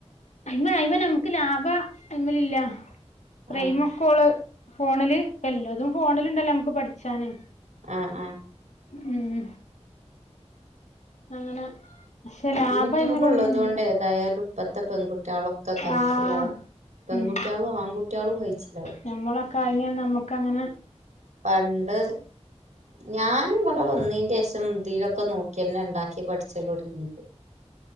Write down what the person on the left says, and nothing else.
അയ്മ അയ്മ നമ്ക്ക് ലാഭ അയ്മലില്ല ഫ്രൈമക്കോള്
ഫോണില് പ്പ എല്ലതും ഫോണിലു ണ്ടല്ലോമക്ക് പഠിച്ചാന്
ഊം അങ്ങനെ പക്ഷെ ലാഭം
അയ്മലൊന്നുല്ല
ആഹ്
ഉം
ഞമ്മളൊക്കെ ആയിനെ നമ്മക്ക ങ്ങനെ